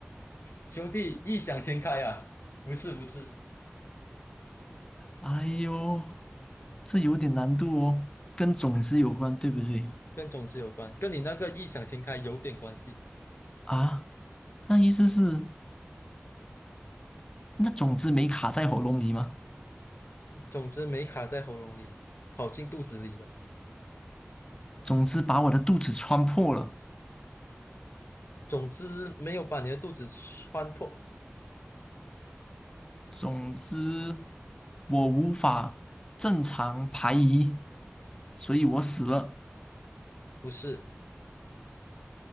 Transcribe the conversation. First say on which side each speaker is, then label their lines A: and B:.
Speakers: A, on the left; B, on the left.
A: 兄弟，异想天开啊！不是不是，
B: 哎呦，这有点难度哦，跟种子有关，对不对？
A: 跟种子有关，跟你那个异想天开有点关系。
B: 啊，那意思是，那种子没卡在喉咙里吗？
A: 种子没卡在喉咙里，跑进肚子里了。
B: 种子把我的肚子穿破了，
A: 种子没有把你的肚子穿破，
B: 种子我无法正常排遗，所以我死了。
A: 不是。